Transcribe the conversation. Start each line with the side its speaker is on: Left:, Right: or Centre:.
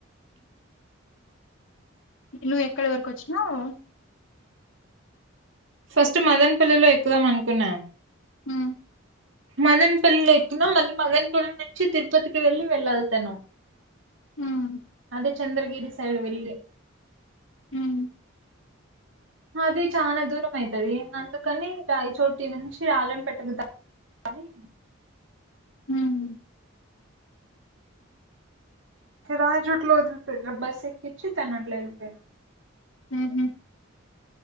Left: నువ్వు ఎక్కడ వరకు వచ్చినావు
Right: ఫస్ట్ మదన్ పల్లిలో ఎక్కుదాం అనుకున్నా
Left: హ్మ్
Right: మదన్పల్లి ఎక్కిన మళ్ళీ మదన్పల్లి నుంచి తిరుపతికి వెళ్ళి వెళ్ళలితాను
Left: హ్మ్
Right: అదే చంద్రగిరి సైడ్ వెళ్లి
Left: హమ్
Right: అది చాల దూరం అయితది అందుకని ఐ చోటి నుంచి రాజంపేటకు ద పనీ
Left: హమ్
Right: రాజోట్లో వదిలిపోయిన బస్సు ఎక్కించి తనంట్లో వెళ్ళిపోయాడు
Left: ఉహామ్